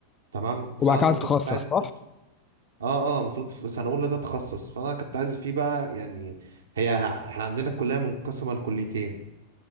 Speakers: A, on the right (about 65°); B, on the left (about 20°).
A: تمام فانا
B: وبعد كده
A: المفروض
B: هتتخصص
A: كنت عايز
B: صح
A: اه اه المفروض في سنه اولى ده تخصص فانا كنت عايز فيه بقى يعني هي احنا عندنا الكليه منقسمه لكليتين